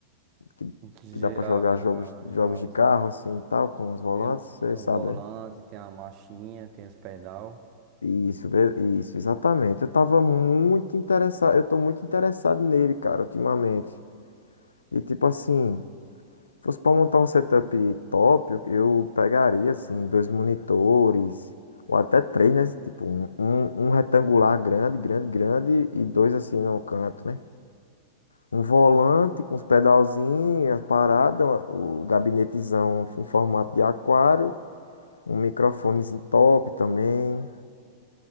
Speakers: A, on the left (about 75°); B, on the right (about 40°).
A: que,
B: Já,
A: que dá pra jogar jogos,
B: já, já,
A: jogos de
B: os
A: carro,
B: volantes.
A: assim e tal, com os volantes?
B: Tem, o-
A: Você
B: tem o
A: sabe,
B: volante,
A: né?
B: tem a marchinha, tem os pedal.
A: Isso, be- isso, exatamente. Eu tava muito interessado, eu tô muito interessado nele, cara, ultimamente. E tipo assim. fosse para montar um setup top, eu eu pegaria assim dois monitores ou até três, né? Tipo um, um um retangular grande, grande, grande e dois assim no canto, né? Um volante com os pedalzinhos, as paradas, o gabinetezão em formato de aquário, um microfonezinho top também,